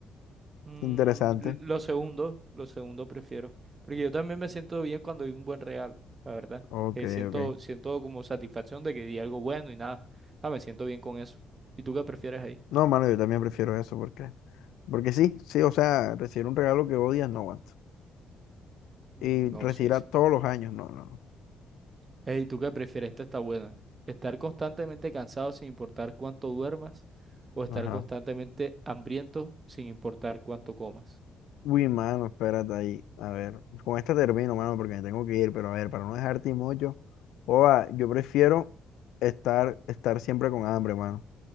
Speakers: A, on the right; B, on the left.
A: Mm,
B: Interesante.
A: l- lo segundo, lo segundo prefiero. Porque yo también me siento bien cuando hay un buen regalo, la verdad.
B: Ok,
A: Eh, siento,
B: ok.
A: siento como satisfacción de que di algo bueno y nada. Ah, me siento bien con eso. ¿Y tú qué prefieres ahí?
B: No, mano, yo también prefiero eso porque, porque sí, sí, o sea, recibir un regalo que odias no aguanto.
A: Mm,
B: Y
A: No,
B: recibirá
A: sí, sí.
B: todos los años, no, no,
A: Ey, ¿tú qué prefieres? Esta está buena. ¿Estar constantemente cansado sin importar cuánto duermas? ¿O estar
B: no. Ajá.
A: constantemente hambriento sin importar cuánto comas?
B: Uy, mano, espérate ahí. A ver, con esta termino, mano, porque me tengo que ir, pero a ver, para no dejarte mucho, oa, yo prefiero estar, estar siempre con hambre, mano.